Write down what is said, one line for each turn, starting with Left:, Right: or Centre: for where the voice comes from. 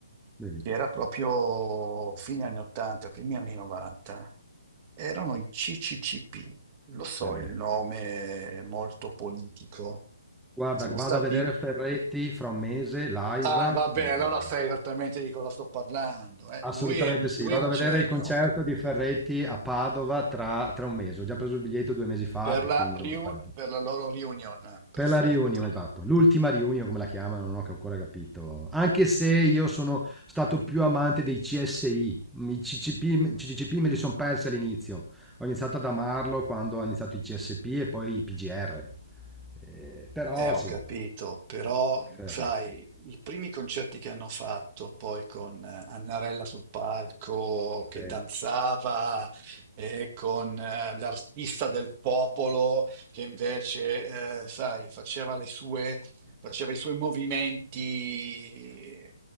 Centre: Vedi?
Right: che era proprio fine anni 80, primi anni 90. Erano i CCCP. Lo so,
Centre: Eh beh.
Right: il nome è molto politico.
Centre: Guarda,
Right: Sono stati...
Centre: vado a vedere Ferretti fra un mese live.
Right: Ah, vabbè,
Centre: eh,
Right: allora sai esattamente di cosa sto parlando. eh.
Centre: assolutamente
Right: Lui è un,
Centre: sì.
Right: lui
Centre: Vado
Right: è un
Centre: a
Right: genio.
Centre: vedere il concerto di Ferretti a Padova tra, tra un mese. Ho già preso il biglietto due mesi fa
Right: Per
Centre: e
Right: la,
Centre: quindi non
Right: riu-
Centre: mi fa niente.
Right: per la loro reunion, perfetto.
Centre: Per la riunione, esatto. L'ultima riunione, come la chiamano, non ho ancora capito. Anche se io sono stato più amante dei CSI, i CCP, CCCP me li sono persi all'inizio. Ho iniziato ad amarlo quando ho iniziato i CSP e poi i PGR. Eh, però
Right: Eh, ho
Centre: sì,
Right: capito, però
Centre: Ferretti.
Right: sai, i primi concerti che hanno fatto poi con eh, Annarella sul palco che
Centre: Sì,
Right: danzava e con eh, l'artista del popolo che invece, eh, sai, faceva le sue, faceva i suoi movimenti.